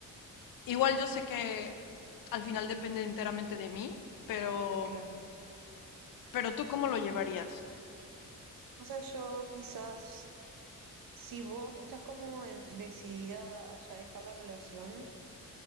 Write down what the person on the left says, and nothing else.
igual yo sé que al final depende enteramente de mí, pero,
pero tú cómo lo llevarías?